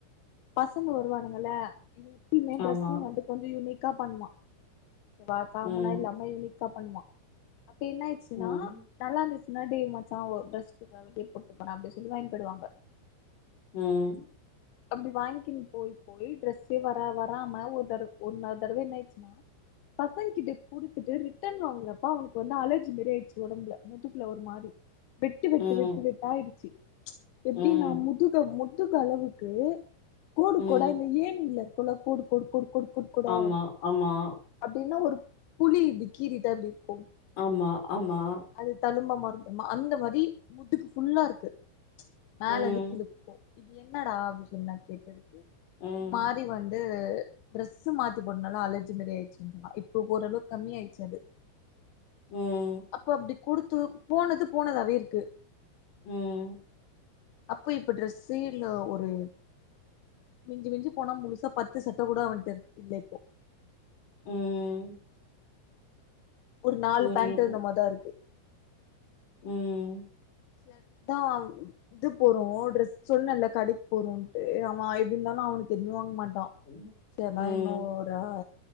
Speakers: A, on the left; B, on the left.
A: பசங்க வருவானுங்கல்ல இங்க எப்பயுமே
B: ஆமா
A: டரெஸ்சிங் கொஞ்ச யுனிக்கா பண்வா வா காமனா
B: ம்
A: இல்லாம யுனிக்கா பண்வா அப்ப என்ன ஆயிச்சுன்னா
B: ம்.
A: நல்லா இருந்துச்சின்னா டேய் மச்சா ஒர் ட்ரஸ் குடுறா வெளிய போட்டு போறே அப்படின் சொல்லி வாங்கிட் போயிடுவாங்க
B: ம்
A: அப்டி வாங்கிக்கினு போய் போய் ட்ரெஸ்ஸே வரா வராம ஒரு தடவ ஒரு நாலு தடவ என்ன ஆயிடுச்சுன்னா பசங்க கிட்ட குடுத்துட்டு ரிட்டன் வாங்குனப்ப அவனுக்கு வந்து அலர்ஜி மாரி ஆயிடுச்சு ஒடம்புல முதுகுல ஒரு மாரி வெட்டு வெட்டு
B: ம்.
A: வெட்டு வெட்டாயிரிச்சு எப்டின்னா
B: ம்.
A: முதுக முதுகளவுக்கு கோடு
B: ம்.
A: கோடா இந்த ஏணியில இருக் ஃபுல்லா கோடு கோடு கோடு கோடு கோடு கோடா
B: ஆமா, ஆமா,
A: அப்டின்னா ஒரு புலி இப்டி கீறிட்டா எப்டி இருக்கு
B: ஆமா ஆமா
A: அது தழும்பா மாறுது அந்த மாரி முதுகு ஃபுல்லா இருக்கு மேல
B: ம்.
A: இருந்து கீழ வர கு இது என்னடா அப்படி சொல்லி நான் கேட்டதுக்கு
B: ம்.
A: இந் மாரி வந்து ட்ரெஸ்ஸூ மாத்தி போட்டனால அலர்ஜி மாரி ஆயிருச்சுன்ருந்தா இப்போ ஓரளவு கம்மி ஆயிச்சு அது
B: ம்
A: அப்போ அப்டி குடுத்து போனது போனதாவே இருக்கு
B: ம்
A: அப்ப இப்ப ட்ரெஸ்ஸே இல்ல ஒரு மிஞ்சி மிஞ்சி போனா முழுசா பத்து சட்ட கூட அவன்ட இல்ல இப்போ
B: ம்
A: ஒரு நாலு
B: புரியுது.
A: பேண்ட் என்னமோதா இருக்கு
B: ம்
A: செட்டா இது போறோ ட்ரெஸ் சொன்னல்ல கடைக்கு போறோன்ட்டு அவ ஆயி எப்டி இருந்தாலு அவனுக்கு எதுமே வாங்க மாட்டா
B: ம்.
A: சரினா
B: ம்.
A: இன்னு ரா